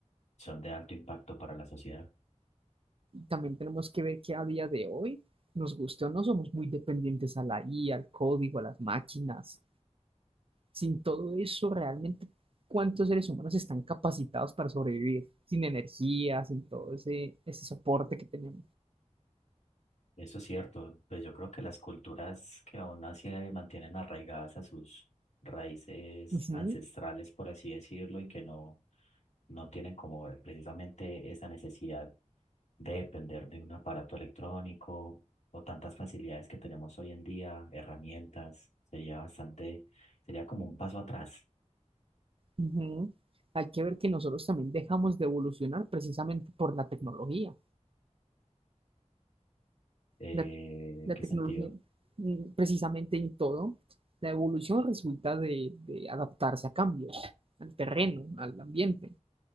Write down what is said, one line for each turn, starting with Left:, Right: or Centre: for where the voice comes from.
Left: son de alto impacto para la sociedad.
Right: También tenemos que ver que a día de hoy, nos guste o no, somos muy dependientes a la IA, al código, a las máquinas. Sin todo eso, realmente, ¿cuántos seres humanos están capacitados para sobrevivir sin energía, sin todo ese, ese soporte que tenemos?
Left: Eso es cierto, pues yo creo que las culturas que aún así eh, mantienen arraigadas a sus raíces
Right: Ujú,
Left: ancestrales, por así decirlo, y que no, no tienen como eh, precisamente esa necesidad de depender de un aparato electrónico o tantas facilidades que tenemos hoy en día, herramientas, sería bastante, sería como un paso atrás.
Right: ujú. Hay que ver que nosotros también dejamos de evolucionar precisamente por la tecnología.
Left: Eh,
Right: La, la
Left: ¿qué
Right: tecnología,
Left: sentido?
Right: mm, precisamente en todo, la evolución resulta de, de adaptarse a cambios, al terreno, al ambiente.